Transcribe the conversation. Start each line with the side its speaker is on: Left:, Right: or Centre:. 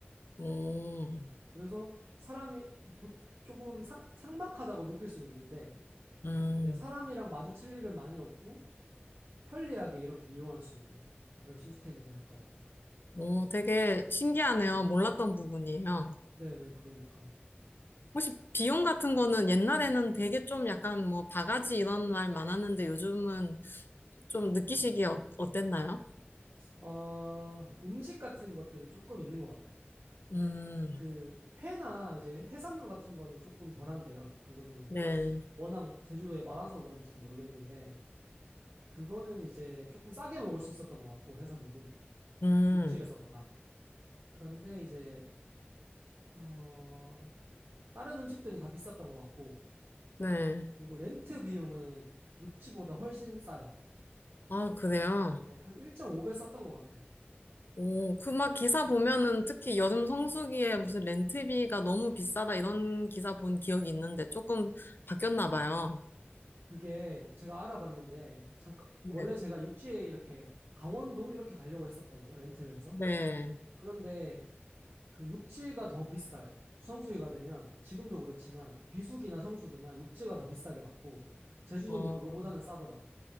Left: 오,
Right: 네. 그래서 사람이 보- 조금 삭- 삭막하다고 느낄 수는 있는데
Left: 음,
Right: 이제 사람이랑 마주칠 일은 많이 없고 편리하게 이렇게 이용할 수 있는 그런 시스템이 되어 있더라고요.
Left: 오, 되게 신기하네요. 몰랐던 부분이에요.
Right: 네네, 그러니까.
Left: 혹시 비용 같은 거는 옛날에는 되게 좀 약간 뭐 바가지 이런 말 많았는데 요즘은 좀 느끼시기에 어, 어땠나요?
Right: 어, 음식 같은 것들은 조금 있는 것 같아요.
Left: 음,
Right: 그 회나 이제 해산물 같은 거는 조금 덜한데요. 그거는
Left: 네.
Right: 워낙 제주도에 많아서 그런지 모르겠는데, 그거는 이제 조금 싸게 먹을 수 있었던 것 같고, 해산물은
Left: 음,
Right: 육지에서보다. 그런데 이제, 어, 다른 음식들은 다 비쌌던 것 같고,
Left: 네.
Right: 그리고 렌트 비용은 육지보다 훨씬 싸요.
Left: 아, 그래요?
Right: 네, 한 1.5배 쌌던 것 같아요.
Left: 오, 그 막 기사 보면은 특히 여름 성수기에 무슨 렌트비가 너무 비싸다 이런 기사 본 기억이 있는데 조금 바뀌었나 봐요.
Right: 그게 제가 알아봤는데 잠깐
Left: 네.
Right: 원래 제가 육지에 이렇게 강원도 이렇게 가려고 했었거든요. 렌트를 해서.
Left: 네.
Right: 그런데 그 육지가 더 비싸요. 성수기가 되면 지금도 그렇지만 비수기나 성수기나 육지가 더 비싸게 받고 제주도는
Left: 어,
Right: 그거보다는 싸더라고요.